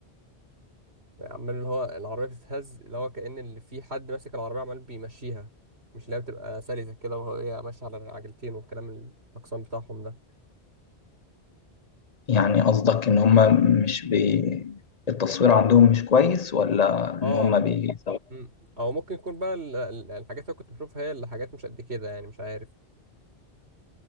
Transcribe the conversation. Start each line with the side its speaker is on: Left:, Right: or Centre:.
Right: عمال اللي هو العربية بتتهز اللي هو كأن اللي في حد ماسك العربية عمال بيمشيها مش اللي هي بتبقى سلسة كده وهي ماشية على عجلتين والكلام الأقسام بتاعهم ده
Left: يعني قصدك إن هم مش بي التصوير عندهم مش كويس ولا
Right: اه
Left: إن هم بي
Right: مم. أو ممكن يكون بقى ال- ال- الحاجات اللي كنت بشوفها هي اللي حاجات مش قد كده يعني مش عارف